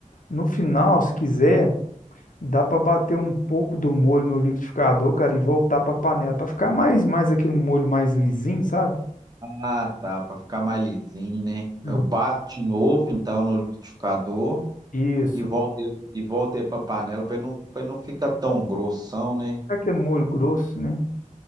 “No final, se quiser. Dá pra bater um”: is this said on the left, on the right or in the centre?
Left